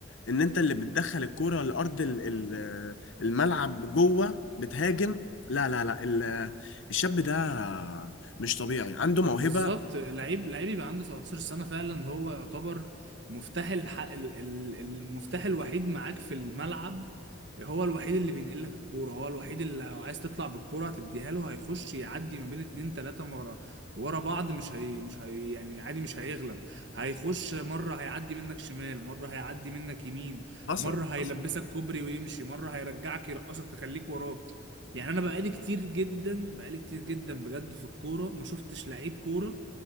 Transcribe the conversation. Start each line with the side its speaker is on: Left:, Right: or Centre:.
Left: ان انت اللي بتدخل الكرة لارض ال- ال- الملعب جوه بتهاجم لا لا لا ال- الشاب ده مش طبيعي عنده موهبة
Right: بالظبط لعيب لعيب يبقى عنده 17 سنة فعلا هو يعتبر مفتاح الح... ال- ال- المفتاح الوحيد معاك في الملعب هو الوحيد اللي بينقل لك الكورة هو الوحيد اللي لو عايز تطلع بالكورة هتديها له هيخش يعدي ما بين اتنين تلاتة ورا ورا بعض مش هي مش هي يعني عادي مش هيغلب هيخش مرة هيعدي منك شمال مرة هيعدي منك يمين
Left: حصل
Right: مرة هيلبسك
Left: حصل
Right: كوبري ويمشي مرة هيرجعك يرقصك تخليك وراك يعني انا بقالي كتير جدا بقالي كتير جدا بجد في الكوره ما شفتش لعيب كوره